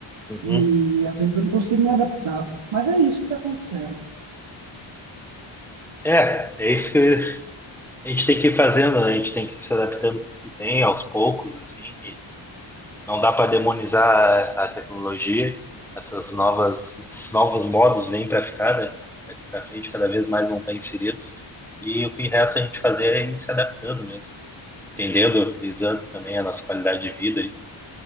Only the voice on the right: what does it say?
e às vezes eu não consigo me adaptar. Mas é isso que está acontecendo.